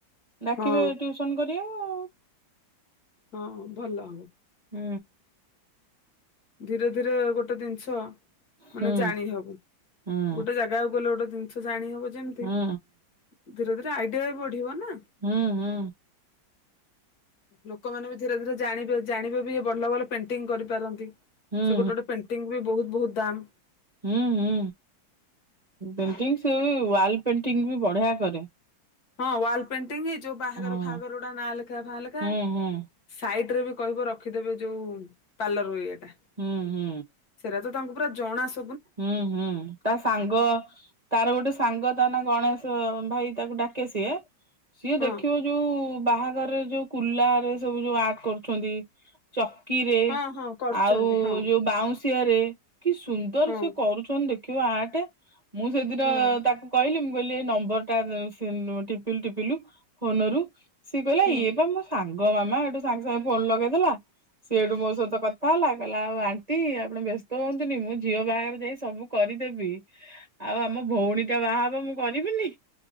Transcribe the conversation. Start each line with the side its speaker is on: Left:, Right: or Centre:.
Right: ଡାକିବେ
Left: ହଁ
Right: ଟ୍ୟୁସନ୍ କରିବାକୁ ଆଉ।
Left: ହଁ ଭଲ।
Right: ହୁଁ।
Left: ଧୀରେ ଧୀରେ ଗୋଟେ ଜିନିଷ
Right: ହୁଁ
Left: ମାନେ ଜାଣିହବ,
Right: ହୁଁ
Left: ଗୋଟେ ଜାଗାକୁ ଗଲେ ଗୋଟେ ଜିନିଷ ଜାଣି ହବ ଯେମିତି
Right: ହୁଁ
Left: ଧୀରେ ଧୀରେ ଆଇଡିଆ ବି ବଢିବ ନା।
Right: ହୁଁ ହୁଁ।
Left: ଲୋକମାନେ ବି ଧୀରେ ଧୀରେ ଜାଣିବେ ଜାଣିବେ ବି ଭଲ ଭଲ ପେଣ୍ଟିଙ୍ଗ କରିପାରନ୍ତି।
Right: ହୁଁ
Left: ସେ ଗୋଟେ ଗୋଟେ ପେଣ୍ଟିଙ୍ଗ୍ ବି ବହୁତ ବହୁତ ଦାମ୍।
Right: ହୁଁ ହୁଁ, ପେଣ୍ଟିଙ୍ଗ୍ ସେ ବି ୱାଲ୍ ପେଣ୍ଟିଙ୍ଗ୍ ବି ବଢିଆ କରେ।
Left: ହଁ ୱାଲ୍ ପେଣ୍ଟିଂ ଯୋଉ ବାହାଘର
Right: ହଁ
Left: ଫାହାଘର ଗୁଡା ନାଁ ଲେଖା ଫା ଲେଖା।
Right: ହୁଁ ହୁଁ
Left: ସାଇଡ ରେ ବି କହିବ ରଖିଦେବେ ଯୋଉ ପାର୍ଲର ଉଇଅରେ ଟା।
Right: ହଁ ହଁ।
Left: ସେଇଟା ତ ତାଙ୍କୁ ପୁରା ଜଣାଶ
Right: ହୁଁ ହୁଁ ତା ସାଙ୍ଗ ତାର ଗୋଟେ ସାଙ୍ଗ ତା ନା ଗଣେଶ ଭାଇ ତାକୁ ଡାକେ ସିଏ ସିଏ
Left: ହଁ
Right: ଦେଖିବ ଯୋଉ ବାହାଘରରେ ଯୋଉ କୁଲାରେ ସବୁ ଯୋଉ ଆର୍ଟ କରୁଛନ୍ତି ଚକିରେ
Left: ହଁ ହଁ କରିଛନ୍ତି
Right: ଆଉ
Left: ହଁ
Right: ଯୋଉ ବାଉଁଶିଆ ରେ କି ସୁ
Left: ହଁ।
Right: କରୁଛନ୍ତି ଦେଖିବ ଆର୍ଟ ମୁଁ ସେଦିନ
Left: ହୁଁ
Right: ତାକୁ କହିଲି ମୁଁ କହିଲି ଏ ନମ୍ବର ଟା ଟିପିଲୁ ଟିପିଲୁ ଫୋନରୁ ସିଏ କହିଲା
Left: ହୁଁ।
Right: ଇଏ ବା ମୋ ସାଙ୍ଗ ମାମା ସେଠୁ ସାଙ୍ଗେ ସାଙ୍ଗେ ଫୋନ ଲଗେଇଦେଲା। ସେଇଠୁ ମୋ ସହିତ କଥା ହେଲା କହିଲା ଆଉ ଆଣ୍ଟି ଆପଣ ବ୍ୟସ୍ତ ହୁଅନ୍ତୁନି ମୁଁ ଝିଅ ବାହାଘରକୁ ସେ ସବୁ କରିଦେବି ଆଉ ଆମ ଭଉଣୀଟା ବାହା ହେବ ମୁଁ କରିବିନି